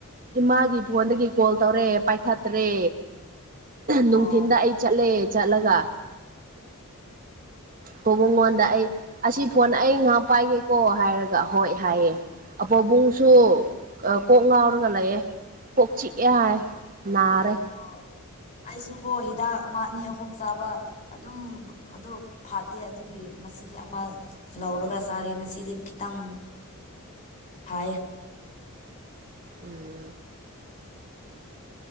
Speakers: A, on the right (about 40°); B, on the left (about 35°).
A: ꯏꯃꯥꯒꯤ ꯐꯣꯟꯗꯒꯤ ꯀꯣꯜ ꯇꯧꯔꯛꯑꯦ ꯄꯥꯏꯈꯠꯇ꯭ꯔꯦ ꯅꯨꯡꯊꯤꯟꯗ
B: ꯑꯣ
A: ꯑꯩ ꯆꯠꯂꯦ ꯆꯠꯂꯒ ꯄꯧꯕꯨꯡꯉꯣꯟꯗ ꯑꯩ ꯑꯁꯤ ꯐꯣꯟ ꯑꯩ ꯉꯥꯛ ꯄꯥꯏꯒꯦ ꯀꯣ ꯍꯥꯏꯔꯒ ꯍꯣꯏ ꯍꯥꯏꯌꯦ ꯑꯄꯧꯕꯨꯡꯁꯨ ꯑꯥ ꯀꯣꯛ ꯉꯥꯎꯔꯒ ꯂꯩꯌꯦ ꯀꯣꯛ ꯆꯤꯛꯑꯦ ꯍꯥꯏ ꯅꯥꯔꯦ
B: ꯑꯣ ꯑꯩꯁꯨꯀꯣ ꯍꯤꯗꯥꯛ ꯑꯃ ꯑꯅꯤ ꯑꯍꯨꯝ ꯆꯥꯕ ꯑꯗꯨꯝ ꯑꯗꯣ ꯐꯠꯇꯦ ꯑꯗꯨꯒꯤ ꯉꯁꯤ ꯑꯃ ꯂꯧꯔꯒ ꯆꯥꯔꯦ ꯉꯁꯤꯗꯤ ꯈꯤꯇꯪ ꯐꯩ
A: ꯎꯝ